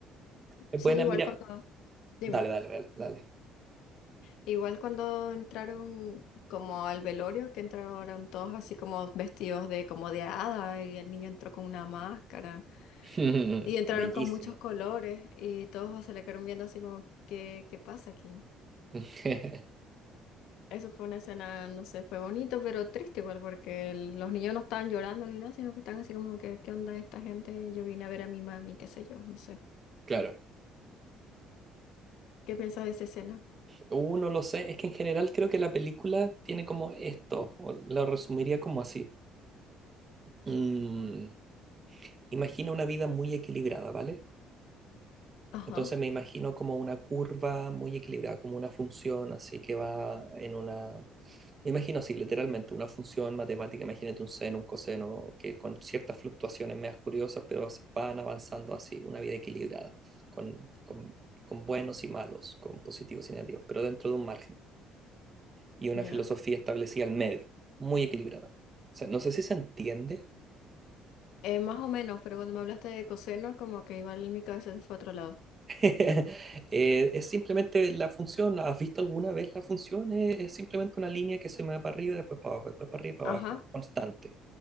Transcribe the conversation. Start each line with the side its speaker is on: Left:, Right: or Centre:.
Right: Es
Left: sí,
Right: buena,
Left: igual
Right: mira.
Left: cuando, dime,
Right: Dale, dale, dale, dale.
Left: igual cuando entraron como al velorio, que entraron todos así como vestidos de como de hada y el niño entró con una máscara
Right: <laughs>
Left: y entraron
Right: Bellísimo.
Left: con muchos colores y todos se le quedaron viendo así como, ¿qué, qué pasa aquí?
Right: <laughs>
Left: Eso fue una escena, no sé, fue bonito, pero triste igual porque el- los niños no estaban llorando ni nada, sino que estaban así como que, ¿qué onda esta gente? Yo vine a ver a mi mami, qué sé yo, no sé.
Right: Claro.
Left: ¿Qué piensas de esa escena?
Right: Uh, no lo sé, es que en general creo que la película tiene como esto, o lo resumiría como así. Mm, imagino una vida muy equilibrada, ¿vale?
Left: Ajá.
Right: Entonces me imagino como una curva muy equilibrada, como una función así que va en una... Me imagino así, literalmente, una función matemática, imagínate un seno, un coseno, que con ciertas fluctuaciones medias curiosas, pero van avanzando así, una vida equilibrada, con, con, con buenos y malos, con positivos y negativos, pero dentro de un margen. y una
Left: Ya.
Right: filosofía establecida al medio, muy equilibrada. O sea, no sé si se entiende.
Left: Eh, más o menos, pero cuando me hablaste de coseno, como que igual mi cabeza se fue a otro lado.
Right: <laughs> Eh, es simplemente la función. ¿Has visto alguna vez la función? Eh, Es, simplemente una línea que se mueve para arriba y después para abajo, después para arriba y para
Left: Ajá,
Right: abajo, constante.